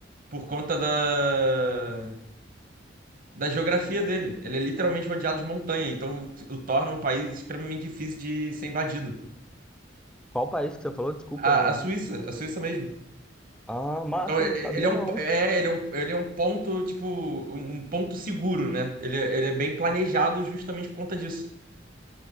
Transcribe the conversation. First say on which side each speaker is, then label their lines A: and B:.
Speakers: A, on the right (about 50°); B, in the centre.
A: Por conta da, da geografia dele. Ele é literalmente rodeado de montanha, então o torna um país extremamente difícil de ser invadido.
B: Qual país que você falou? Desculpa,
A: A,
B: eu não
A: a
B: ouvi.
A: Suíça, a Suíça mesmo.
B: Ah, massa,
A: Então e-
B: não
A: e-
B: sabia
A: ele é um,
B: não.
A: é, ele é um, ele é um ponto, tipo, um um ponto seguro, né? Ele, é- ele é bem planejado justamente por conta disso.